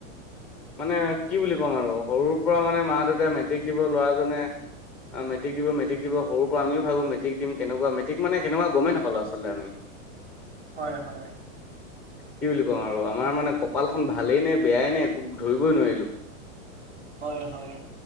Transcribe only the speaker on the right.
হয়-হয়। <unintelligible>
হয়, হয়।